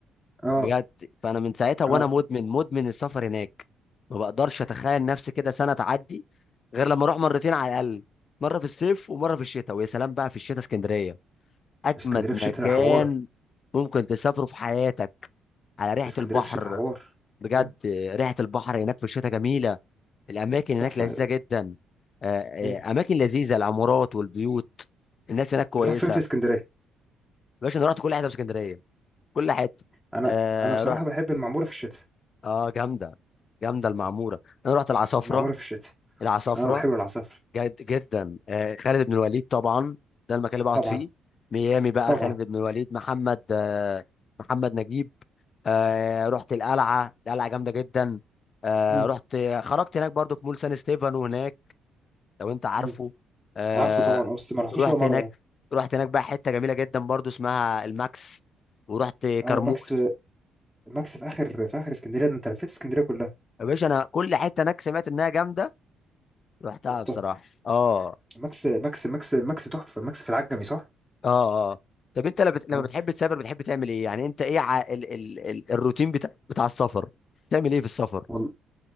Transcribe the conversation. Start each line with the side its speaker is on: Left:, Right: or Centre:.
Centre: اه
Left: بجد فانا من ساعتها
Centre: اه
Left: وانا مدمن مدمن السفر هناك ما بقدرش اتخيل نفسي كده سنه تعدي غير لما اروح مرتين على الاقل مره في الصيف ومره في الشتاء ويا سلام بقى في الشتاء اسكندريه اجمد
Centre: اسكندريه
Left: مكان
Centre: في الشتاء حوار
Left: ممكن تسافره في حياتك على ريحه
Centre: اسكندريه
Left: البحر
Centre: في الشتاء حوار
Left: بجد
Centre: مم.
Left: ريحه البحر هناك في الشتاء جميله الاماكن هناك
Centre: تحفه
Left: لذيذه جدا آه، آه،
Centre: مم.
Left: اماكن لذيذه العمارات والبيوت الناس هناك كويسه
Centre: بتروح فين في اسكندريه
Left: باشا انا رحت كل حته في اسكندريه كل حته
Centre: انا
Left: آه
Centre: انا بصراحه
Left: رحت
Centre: بحب المعموره في الشتاء
Left: اه جامده جامده المعموره انا رحت العصافره
Centre: المعموره في الشتاء
Left: العصافره
Centre: اه وحلو العصافر
Left: جد جدا آه خالد بن الوليد طبعا ده المكان اللي بقعد
Centre: طبعا
Left: فيه ميامي بقى
Centre: طبعا
Left: خالد بن الوليد محمد آه محمد نجيب آه رحت القلعه القلعه جامده جدا آه
Centre: مم.
Left: رحت خرجت هناك برضو في مول سان ستيفانو هناك لو انت عارفه
Centre: مم.
Left: آه
Centre: عارفه طبعا اه بس ما رحتوش
Left: رحت
Centre: ولا مره
Left: هناك
Centre: يعني
Left: رحت هناك بقى حته جميله جدا برضو اسمها الماكس ورحت كرموز
Centre: او الماكس الماكس في اخر في اخر اسكندريه ده انت لفيت اسكندريه كلها
Left: يا باشا انا كل حته هناك سمعت انها جامده رحتها
Centre: رحتها
Left: بصراحه اه
Centre: ماكس ماكس ماكس ماكس تحفه ماكس في العجمي صح
Left: اه اه طب انت لما بت- لما
Centre: اه
Left: بتحب تسافر بتحب تعمل ايه يعني انت ايه ع... ال... ال... ال... الروتين بتاع بتاع السفر بتعمل ايه في السفر
Centre: وال...